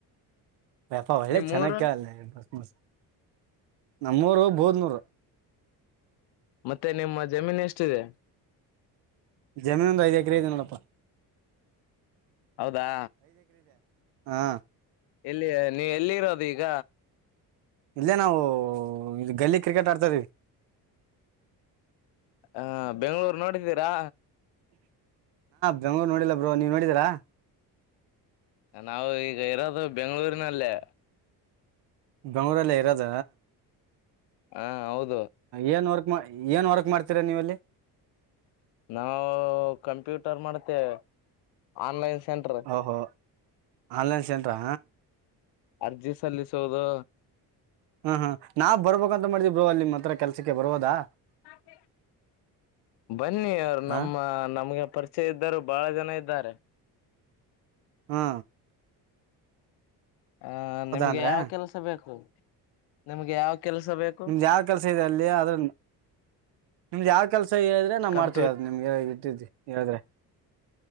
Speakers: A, on the right (about 85°); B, on the left (about 80°).
A: ಬ್ಯಾಪಳ್ಳೆ
B: ನಿಮ್ಮೂರು
A: ಚೆನ್ನಾಗ ಕಲ್ಲ ಮ ಮಸ್ತ್ ನಮ್ಮೂರು ಬಹದ್ನೂರು
B: ಮತ್ತೆ ನಿಮ್ಮ ಜಮೀನ್ ಎಷ್ಟಿದೆ
A: ಜಮೀನುಂದ ಐದುಕ್ರದಡಪ್ಪ
B: ಹೌದಾ
A: ಹಾ
B: ಇಲ್ಲಿ ನೀವು ಎಲ್ಲಿ ಇರೋದು ಈಗ
A: ಇಲ್ಲೇ ನಾವು ಇ ಗಲ್ಲಿ ಕ್ರಿಕೆಟ್ ಆಡ್ತ ಇದವಿ
B: ಹ ಬೆಂಗ್ಳೂರು ನೋಡಿದ್ದೀರಾ
A: ಬೆಂಗೂರು ನೋಡಿಲ್ಲ ಬ್ರೋ ನೀವ್ ನೋಡಿದರಾ
B: ನಾವು ಈಗ ಇರೋದು ಬೆಂಗಳೂರಿನಲ್ಲೇ
A: ಬಂಗೂರಲ್ಲ ಇರೋದ
B: ಹಾ ಹೌದು
A: ಏನ್ ವರ್ಕ್ ಏನ್ ವರ್ಕ್ ಮಾಡ್ತೀರಾ ನೀವೆಲ್ಲಿ
B: ನಾವು ಕಂಪ್ಯೂಟರ್ ಮಾಡ್ತೇವೆ ಆನ್ಲೈನ್ ಸೆಂಟರ್
A: ಓಹೋ ಆನ್ಲೈನ್ ಸೆಂಟ್ರಾ
B: ಅರ್ಜಿ ಸಲ್ಲಿಸುವುದು
A: ಹ್ಮ್ ಹ್ಮ್ ನಾವ್ ಬರ್ಬೇಕ ಅಂತ ಮಾಡಿದ್ರು ಅ ನಿಮ್ಮ ಹತ್ರ ಕೆಲ್ಕ್ರ್ೋದಾ
B: ಕ ಬನ್ನಿ ಅವರು
A: ಹಾ
B: ನಮ್ಮ ನಮ್ಗೆ ಪರಿಚಯ ಇದ್ದರು ಬಹಳ ಜನ ಇದ್ದಾರೆ
A: ಹ್ಮ
B: ಹ ನಿಮ್ಗೆ
A: ಅಂದ್ರೆ
B: ಯಾವ ಕೆಲ್ಸ ಬೇಕು ನಿಮ್ಗೆ ಯಾವ ಕೆಲಸ ಬೇಕು
A: ನಿಮ್ದ ಯಾವ ಕೆಲ್ಸ ಇದೆ ಅಲ್ಲಿ ಅದ್ರ ನಿಮ್ದ ಯಾವ ಸ ಹೇಳಿದ್ರೆ ನಾ್
B: ಕಂಪ್ಯೂ
A: ಮಾಡ್ತೇವಿ ಯ ನಿಮ್ಗೆ ಇಟ್ಟಿದಿ ಹೇಳಿದ್ರೆ